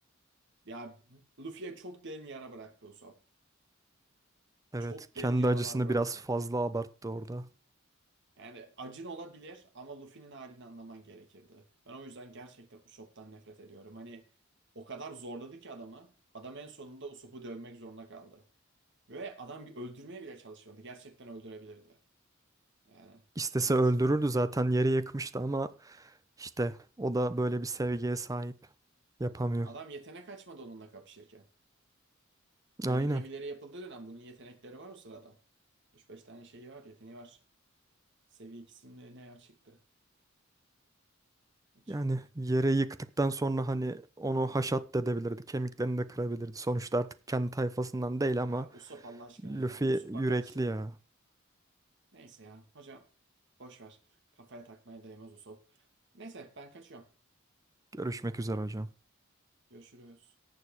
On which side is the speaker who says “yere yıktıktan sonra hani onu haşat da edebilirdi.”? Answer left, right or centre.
Right